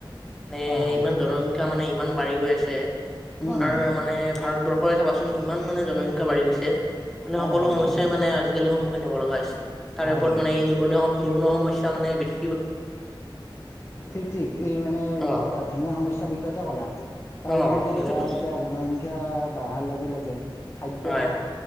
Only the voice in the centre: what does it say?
নে
ইমান জনস শিক্ষা মানে ইমান বাঢ়ি গৈ আছে আমাৰ
মানে ভাৰতবৰ্ষৰে চাবাচোন ইমান মানে জনসংখ্যাঢ়ি গৈছে মানে
সকলো
সমস্যাই
মানে আজিকালি সন্মুখ ব লগা হৈছে তাৰ
ওপৰত
মানে এই নিবনুৱা নিবনা সমস্যা মানে বেছি।
অ',
অ',
সেইটোতো
হয়